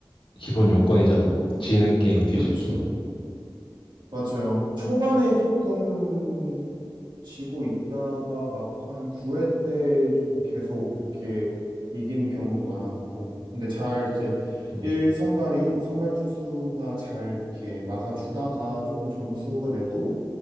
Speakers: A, on the left (about 85°); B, on the right (about 70°).
A: 기본 요건이잖아요. 지는 게임 뒤집기.
B: 그렇죠. 맞아요. 초반에 조금 지고 있다가 막판 9회 때 조금 계속 이렇게 이기는 경우도 많았고 근데 잘 이제
A: 어,
B: 1선발이 선발 투수가 잘 이렇게 막아주다가 조금 점수가 내도